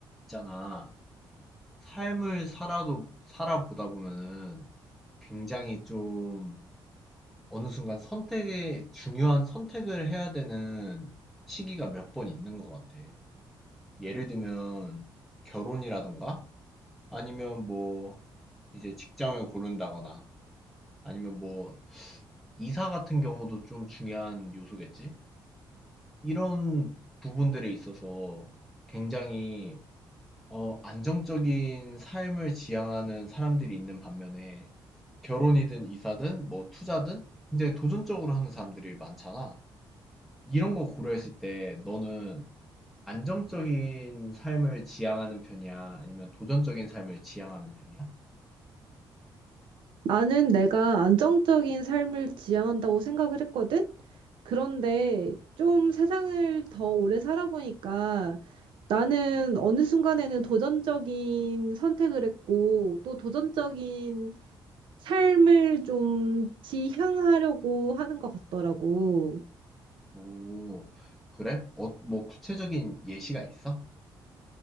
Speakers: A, in the centre; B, on the right.
A: 있잖아. 삶을 살아도, 살아보다 보면은 굉장히 좀 어느 순간 선택에, 중요한 선택을 해야 되는 시기가 몇 번 있는 것 같아. 예를 들면 결혼이라던가 아니면 뭐 이제 직장을 고른다거나 아니면 뭐 이사 같은 경우도 좀 중요한 요소겠지? 이런 부분들에 있어서 굉장히 어, 안정적인 삶을 지향하는 사람들이 있는 반면에 결혼이든 이사든 뭐 투자든 굉장히 도전적으로 하는 사람들이 많잖아. 이런 거 고려했을 때 너는 안정적인 삶을 지향하는 편이야? 아니면 도전적인 삶을 지향하는 편이야?
B: 나는 내가 안정적인 삶을 지향한다고 생각을 했거든? 그런데 좀 세상을 더 오래 살아보니까 나는 어느 순간에는 도전적인 선택을 했고 또 도전적인 삶을 좀 지향하려고 하는 것 같더라고.
A: 오, 그래? 어, 뭐 구체적인 예시가 있어?